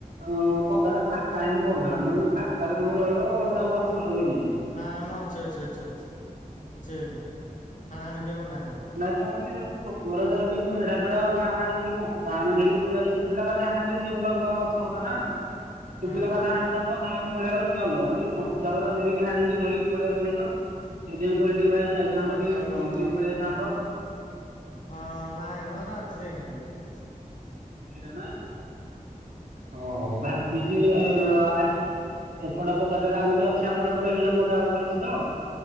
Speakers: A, on the right (about 80°); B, on the left (about 60°).
A: ଅଁ, ପଦା ଟା ଫାଙ୍କା ଏମତି ପଡୁଥିଲା ମୁଁ କହିଲି ଫାଙ୍କାରେ କଣ ରହିବ ତାକୁ ଗଛ ଲଗେଇ ଦେଇଚି।
B: ନା ମୋ ଅଛି, ଅଛି, ଅଛି, ଅଛି କିଛି ହେଇନି। ହାଣା ହାଣି କିଏ କରିନାହାନ୍ତି
A: ନା ଏ କଣ କି ସେପଟ ଲୋ କୋଡା ଯାଇକି ମେଢା ଫେଢା ଅ, ହା ହାଣିିକି ଏଇ କଞ୍ଚା ଆଣି ଧରିକି ପଳେଇ ଆସୁଛି। ଶୁଖିଲା କାଠ ହାଣିଦେଇଛି ଗୋଟେ ଅଲଗା ଗଛ ଗଲା ନା।
B: ହଁ
A: ଶୁଖିଲା କାଠ
B: ହଁ
A: ଆଣିଦବ। ଧରିକି ପଳେଆଇବ ସିଏ ଅଲଗା ଏଇ କଞ୍ଚା ଗୁଡା ଧରିକି ହାଣିକି ଧରିକି ପଳେଇଆଉଛନ୍ତି ନା, ସେଇଥିପାଇଁ କହିଲି ଟିକେ ଭାଇ ଯାଇ ଥାନ୍ତ
B: ହଁ
A: ଟିକେ
B: ହେ
A: ବୁଲିକି
B: ଲସ
A: ଟିକେ ପଳିଆଇଥାନ୍ତ।
B: ହଁ ନାଇଁନ ହେରା ଅଛି ନେଇ ନାହାନ୍ତି କିଏ ଅଛି।
A: ଦେଖିଚ ନା, ହଁ ହଉ ଭାବିଚି ଅ,
B: ଅଛି
A: ଆ, ଏପ ଏପଟ ପଦାଟା ରେ ଆଉ ଗୁଟେ ଅଛି ଆମର ଏପଟେ ହିଡ ପଦା ଆଉ ଗୁଟେ ଅଛି ତ।